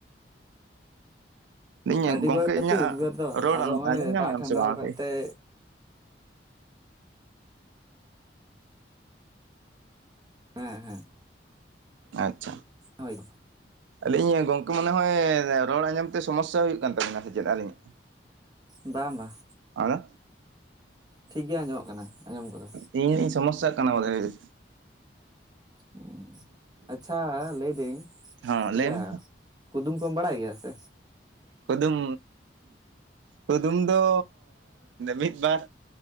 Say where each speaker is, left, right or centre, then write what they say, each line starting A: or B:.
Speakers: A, on the right (about 80°); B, on the right (about 20°).
A: ᱞᱟᱹᱭᱟᱹᱧ
B: ᱟᱹᱰᱤ
A: ᱜᱚᱝᱠᱮ
B: ᱵᱟᱹᱲᱛᱤ
A: ᱤᱧᱟᱹᱜ
B: ᱩᱫᱽᱜᱟᱹᱨ ᱫᱚ
A: ᱨᱚᱲ
B: ᱟᱫᱚ ᱱᱚᱜ ᱚᱭ
A: ᱟᱸᱡᱚᱢ ᱧᱟᱢᱮᱫ
B: ᱫᱟᱜ
A: ᱟᱢ
B: ᱴᱷᱟᱱᱰᱟᱣ
A: ᱥᱮ ᱵᱟᱝ?
B: ᱠᱟᱫᱛᱮᱭ ᱦᱮᱸ ᱦᱮᱸ
A: ᱟᱪᱪᱷᱟ
B: ᱦᱳᱭ
A: ᱞᱮᱭᱮᱜᱤᱧ ᱜᱚᱝᱠᱮ ᱢᱚᱱᱮ ᱦᱚᱭ ᱨᱚᱲ ᱟᱸᱡᱚᱢ ᱛᱮ ᱥᱚᱢᱚᱥᱥᱟ ᱦᱩᱭᱩᱜ ᱠᱟᱱ ᱛᱟᱹᱵᱤᱱᱟ ᱥᱮ ᱪᱮᱫ ᱟᱹᱞᱤᱧᱟᱜ
B: ᱵᱟᱝ ᱵᱟᱝ
A: ᱟᱫᱚᱼᱼ
B: ᱴᱷᱤᱠ ᱜᱮ ᱟᱸᱡᱚᱢᱚᱜ ᱠᱟᱱᱟ ᱟᱸᱡᱚᱢ ᱠᱚᱫᱚ
A: ᱤᱧ ᱦᱟᱜᱤᱧ ᱥᱚᱢᱚᱥᱥᱟᱜ ᱠᱟᱱᱟ ᱵᱚᱫᱷᱚᱣ
B: ᱚ ᱟᱪᱪᱷᱟ ᱞᱟᱹᱭᱫᱟᱹᱧ
A: ᱦᱚᱸ
B: ᱮᱭᱟ
A: ᱞᱟᱹᱭ ᱢᱮ
B: ᱠᱩᱫᱩᱢ ᱠᱚᱢ ᱵᱟᱲᱟᱭ ᱜᱮᱭᱟ ᱥᱮ
A: ᱠᱩᱫᱩᱢ ᱠᱩᱫᱩᱢ ᱫᱚ ᱢᱤᱫ ᱵᱟᱨ